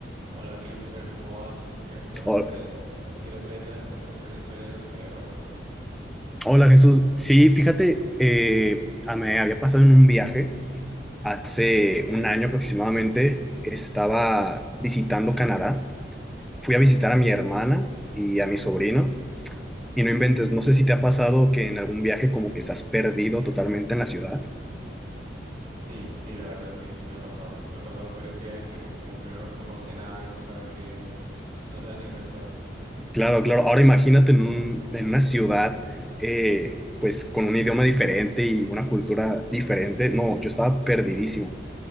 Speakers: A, on the right; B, in the centre.
A: Hola, Christopher, ¿cómo vas? Cre- Me acuerdo
B: Hol-
A: que el, que el otro día me ibas a contar sobre una historia de lo que te había pasado.
B: Hola Jesús, sí, fíjate, eh, a- me había pasado en un viaje hace un año aproximadamente, estaba visitando Canadá, fui a visitar a mi hermana y a mi sobrino y no inventes, no sé si te ha pasado que en algún viaje como que estás perdido totalmente en la ciudad.
A: Sí, sí, la verdad, sí, sí me ha pasado. Me ha pasado en varios viajes que no, como que uno no conoce nada y no sabe qué, no sabe ni dónde está.
B: Claro, claro, ahora imagínate en un- en una ciudad eh, pues con un idioma diferente y una cultura diferente, no, yo estaba perdidísimo.